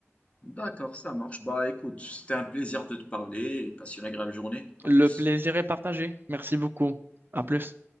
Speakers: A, on the left; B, on the right.
A: D'accord, ça marche. Bah écoute, c'était un plaisir de te parler et passe une agréable journée. À
B: Le
A: plus.
B: plaisir est partagé. Merci beaucoup. À plus.